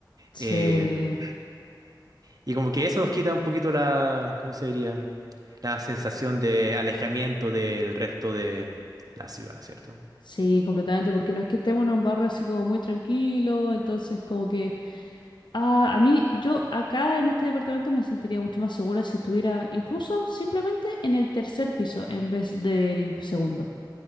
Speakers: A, on the left; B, on the right.
A: sí.
B: Em, y como que eso nos quita un poquito la, ¿cómo se diría? La sensación de alejamiento del resto de la ciudad, ¿cierto?
A: Sí, completamente, porque no es que estemos en un barrio así como muy tranquilo, entonces como que... Ah, a mí, yo acá en este departamento me sentiría mucho más segura si estuviera incluso simplemente en el tercer piso en vez del segundo.